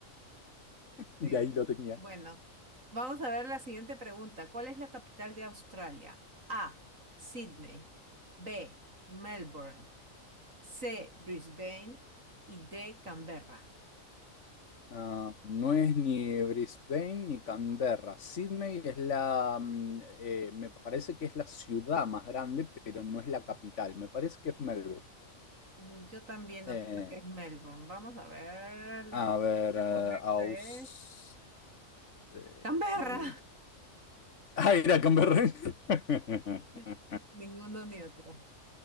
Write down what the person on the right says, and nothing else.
Sí.
Bueno, vamos a ver la siguiente pregunta. ¿Cuál es la capital de Australia? A. Sydney. B. Melbourne. C. Brisbane. Y D. Canberra.
Mm, Yo también
opino que es Melbourne. Vamos a ver. La
respuesta
correcta
es
Canberra.
<laughs> Ninguno ni otro.